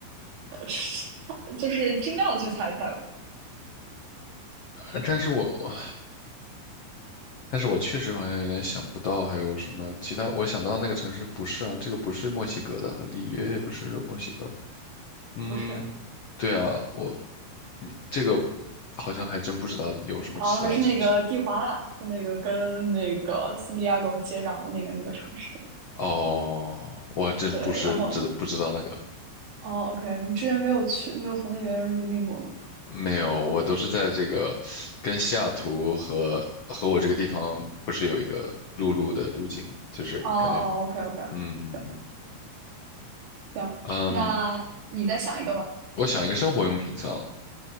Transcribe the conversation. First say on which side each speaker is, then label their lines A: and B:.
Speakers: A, on the right; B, on the left.
A: <laughs> 是就是尽量的去猜一猜吧。
B: 呃但是我但是我确实好像有点想不到还有什么其他。我想到那个城市不是啊，这个不是墨西哥的，里约也不是墨西哥嗯，
A: 不是
B: 对啊，我你这个我好像还真不知道有什么其他城市。
A: 啊，还是那个蒂华纳，是那个跟那个圣地亚哥接壤的那个那个城市。
B: 哦，我真不是知不知道那个，
A: 对，然后哦，OK，你之前没有去，没有从那边入境过吗？
B: 没有，我都是在这个跟西雅图和和我这个地方不是有一个陆路的路径吗，就是感觉，
A: 哦哦，OK OK，
B: 嗯
A: 行行，
B: 嗯，
A: 那你再想一个吧。
B: 嗯我想一个生活用品算了，